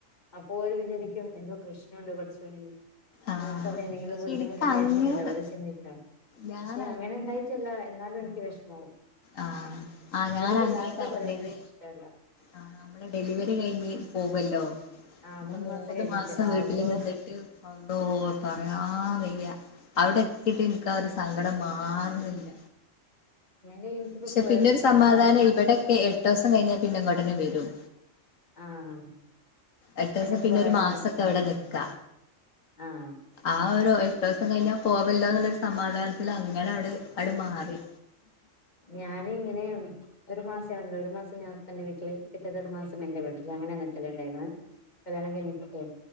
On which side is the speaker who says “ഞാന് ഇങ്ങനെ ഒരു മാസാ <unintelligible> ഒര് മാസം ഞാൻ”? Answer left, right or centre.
Left